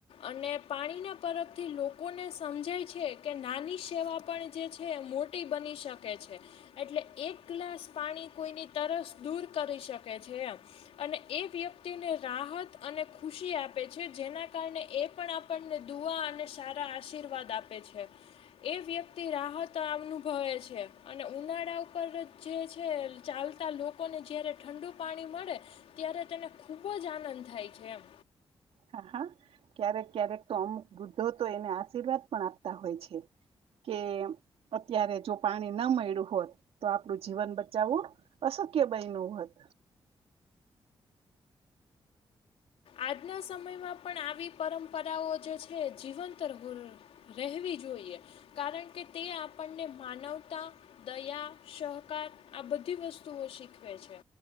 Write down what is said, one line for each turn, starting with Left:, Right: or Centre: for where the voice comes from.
Left: અને પાણીના પરતથી લોકોને સમજાય છે, કે નાની સેવા પણ જે છે મોટી બની શકે છે. એટલે એક, ગ્લાસ પાણી કોઈની તરસ દૂર કરી શકે છે, અને એ વ્યક્તિને રાહત અને ખુશી આપ આપ છે, જેના કારણે એ પણ આપણને દુઆ અને સારા આશીર્વાદ આપે છે. એ વ્યક્તિ રાહત અનુભવે છે, અને ઉનાળા ઉપર જે છે, ચાલતી તા લોકોને જ્યારે ઠંડુ પાણી મળે ત્યારે તેને ખૂબ જ આનંદ થાય છે, એમ
Right: હા, હા ક્યારેક ક્યારેક તો અમુક બૃદ્ધો તો એને આશીર્વાદ પણ આપતા હોય, છે. કે અત્યારે જો પાણી ન મળ્યું હોત, તો આપડું જીવન બચાવવું શક્ય બાઈ, ન હોત.
Left: આજના સમયમાં પણ આવી પરંપરાઓ જે છે, જીવંતર રહેવી. જોઈએ કારણ, કે તે આપણને માનવતા દયા સહકાર આ બધ બધી વસ્તુઓ શીખવે છે,